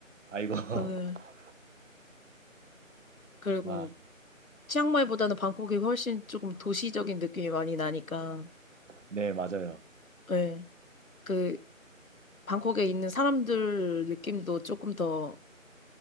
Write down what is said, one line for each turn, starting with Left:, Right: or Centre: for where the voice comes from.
Right: 아이고. <laughs>
Left: 저는 그리고
Right: 아,
Left: 치앙마이보다는 방콕이 훨씬 조금 도시적인 느낌이 많이 나니까
Right: 네, 맞아요.
Left: 예. 그 방콕에 있는 사람들 느낌도 조금 더